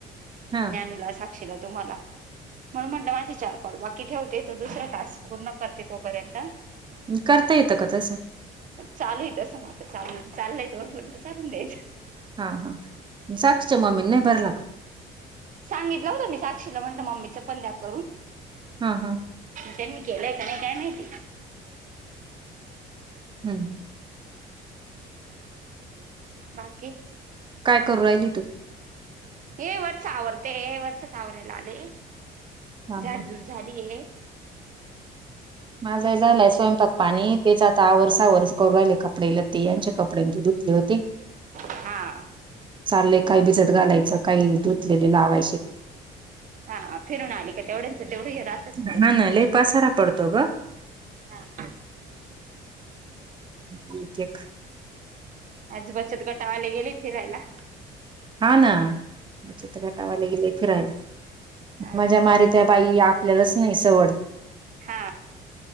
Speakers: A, on the right; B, on the right.
A: हा
B: ज्ञानूला, साक्षीला, तुम्हाला म्हणून म्हंटलं माझे चार कॉल बाकी ठेवते, तो दुसरा टास्क पूर्ण करते तोपर्यंत.
A: करता येतं का तसं
B: चालू येतसं म आता चा चालूय वारून चाललंय जोपर्यंत चाललंय
A: हा हा. साक्षी चा मम्मीन नाही. भरला का,
B: सांगितलं होतं मी साक्षीला म्हटलं मम्मीचं पण द्या करून
A: हां. हां..
B: त्यांनी केलंय का, नाही काय माहिती.
A: <unintelligible>
B: बाकी
A: काय करू राहिली तू
B: हे वरच आवरतेय वरचच आवरायला आले
A: हा
B: झाड
A: हा
B: झुड झाली ये.
A: माझ झालाय स्वयंपाक पाणी तेच, आता आवर सावर करू राहिले काम. कपडेलते यांचे कपडे, आणि ते धुतले होते.
B: हां.
A: चालेय काही भिजत घालायचं, काही दूध. <unintelligible>
B: हा फिरून आली का तेवढ्यांच तेवढ रातच
A: हा
B: परत
A: ना लय पसारा पडतो ग
B: हां..
A: अन तेक.
B: आज बचत गटावाले गेले फिरायला.
A: हाव ना घटावाला गेले फिरायला
B: हा
A: माझ्या मारीत त्या बाई, आपल्यालाच नाही सवड.
B: हा.